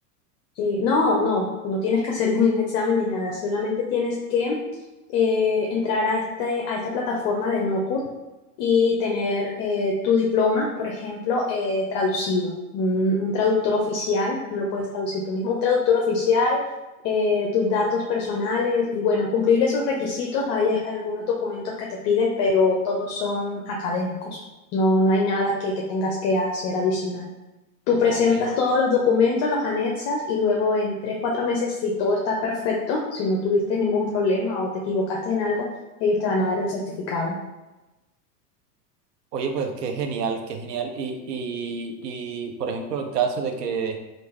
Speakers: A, on the left; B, on the right.
A: Sí, no, no, no tienes que hacer <laughs> ningún examen ni nada, solamente tienes que eh, entrar a, este, a esta plataforma de NoCut y tener eh, tu diploma, por ejemplo, eh, traducido. Un, un traductor oficial, no lo puedes traducir tú mismo, un traductor oficial, eh, tus datos personales y bueno, cumplir esos requisitos. Hay a- algunos documentos que te piden, pero todos son académicos. No, no hay nada que, que tengas que hacer adicional. Tú
B: Ok.
A: presentas todos los documentos, los anexas y luego en tres, cuatro meses, si todo está perfecto, si no tuviste ningún problema o te equivocaste en algo, ellos te van a dar el certificado.
B: Oye, pues qué genial, qué genial. Y, y, y por ejemplo, el caso de que